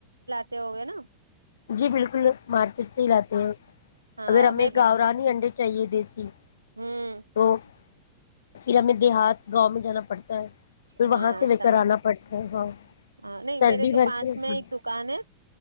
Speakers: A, on the right; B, on the left.
A: لیتے ہوگے نہ
B: جی بالکل مارکیٹ سے ہی لاتے ہیں
A: ہاں
B: اگر ہمیں
A: میں
B: گاورانی
A: بھی
B: انڈے چاہیے دی جی
A: ہوں
B: تو پھر ہمیں دیہات گاؤں میں جانا پڑتا ہے پھر
A: ہاں
B: وہاں سے
A: اچھا
B: لے کر آنا پڑتا ہے ہاں
A: ہاں نہیں
B: سردی
A: میرے تو
B: بھر
A: پاس
B: کے
A: میں
B: ہاں
A: ایک دکان ہے